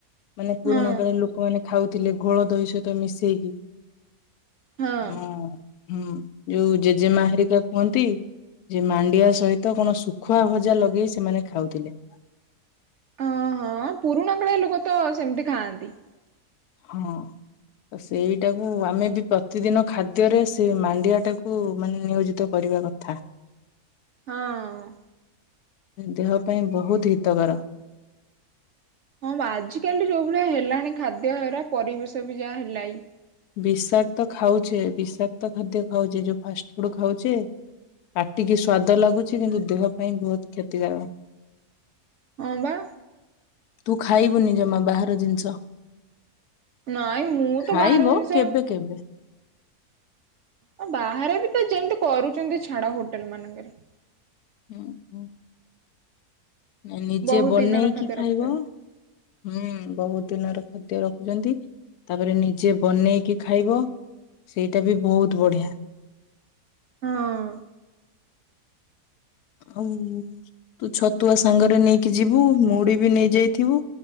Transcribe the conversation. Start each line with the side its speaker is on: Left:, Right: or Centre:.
Left: ମାନେ
Right: ହଁ
Left: ପୁରୁଣା କାଳିଆ ଲୋକମାନେ ଖାଉଥିଲେ ଘୋଳ ଦହି ସହିତ ମିଶେଇକି,
Right: ହଁ
Left: ଆମ ହୁଁ, ଯୋଉ ଜେଜେମା ହାରିକା କୁହନ୍ତି ଯେ ମାଣ୍ଡିଆ ସହିତ କଣ ଶୁଖୁଆ ଭଜା ଲଗେଇ ସେମାନେ ଖାଉଥିଲେ।
Right: ଅ, ହଁ ପୁରୁଣା କାଳିଆ ଲୋକ ତ ସେମିତି ଖାଆନ୍ତି।
Left: ହଁ। ତ ସେଇଟାକୁ ଆମେ ବି ପ୍ରତିଦିନ ଖାଦ୍ୟରେ ସେ ମାଣ୍ଡିଆ ଟାକୁ ମାନେ ନିୟୋଜିତ କରିବା କଥା।
Right: ହଁ।
Left: ଏ ଦେହ ପାଇଁ ବହୁତ ହିତକର।
Right: ହଁ ବା ଆଜିକାଲି ଯୋଉ ଭଳିଆ ହେଲାଣି ଖାଦ୍ୟ ହେରା ପରିବେଶ ବି ଯାହା ହେଲାଇ।
Left: ବିଷାକ୍ତ ଖାଉଛେ, ବିଷାକ୍ତ ଖାଦ୍ୟ ଖାଉଛେ, ଯୋଉ ଫାଷ୍ଟ ଫୁଡ୍ ଖାଉଛେ ପାଟିକି ସ୍ଵାଦ ଲାଗୁଛି କିନ୍ତୁ ଦେହ ପାଇଁ ବହୁତ କ୍ଷତିକାରକ।
Right: ହଁ ବା।
Left: ତୁ ଖାଇବୁନି ଜମା ବାହାର ଜିନିଷ।
Right: ନାଇଁ ମୁଁ
Left: ଖାଇବ
Right: ତ ବାହାର ଜିନିଷ
Left: କେବେ କେବେ।
Right: ଓ ବାହାରେ ବି ତ ଯେମିତି କରୁଛନ୍ତି ଛାଡ ହୋଟେଲ୍ ମାନଙ୍କରେ।
Left: ହୁଁ, ହୁଁ। ଏ ନିଜେ
Right: ବହୁତ
Left: ବନେଇକି
Right: ଦିନର ଖାଦ୍ୟ
Left: ଖାଇବ
Right: ରଖୁଛନ୍ତି
Left: ହୁଁ, ବହୁତ ଦିନରେ ଖାଦ୍ୟ ରଖୁଚନ୍ତି, ତାପରେ ନିଜେ ବନେଇକି ଖାଇବ ସେଇଟା ବି ବହୁତ ବଢିଆ।
Right: ହଁ।
Left: ଆଉ ତୁ ଛତୁଆ ସାଙ୍ଗରେ ନେଇକି ଯିବୁ, ମୁଢିବି ନେଇ ଯାଇଥିବୁ।